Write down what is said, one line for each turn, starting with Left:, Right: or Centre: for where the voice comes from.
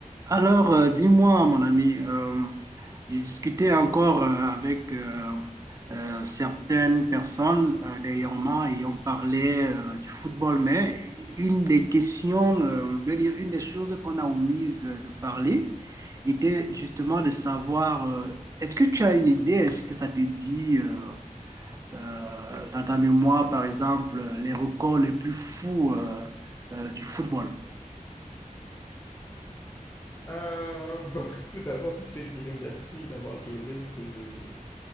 Right: Alors, euh, dis-moi, mon ami, euh, j'ai discuté encore euh, avec euh, euh, certaines personnes euh, dernièrement et on parlait euh, du football, mais une des questions, euh, je veux dire, une des choses qu'on a omises euh, de parler était justement de savoir, euh, est-ce que tu as une idée, est-ce que ça te dit euh, euh, dans ta mémoire, par exemple, les records les plus fous euh, euh, du football?
Left: Euh, bon, <laughs> tout d'abord, je te dirais merci d'avoir soulevé ce,